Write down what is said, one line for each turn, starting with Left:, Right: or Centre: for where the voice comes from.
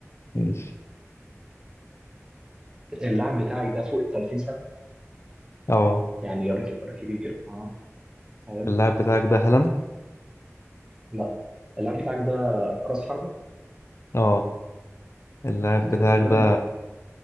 Left: ماشي
Right: اللاعب بتاعك ده فوق ال 30 سنة
Left: اه
Right: يعني راجل كبير كبير اه حلو
Left: اللاعب بتاعك ده هالاند
Right: لا اللاعب بتاعك ده راس حربة
Left: اه اللاعب
Right: انا كده
Left: بتاعك
Right: تقريبا
Left: ده
Right: جبت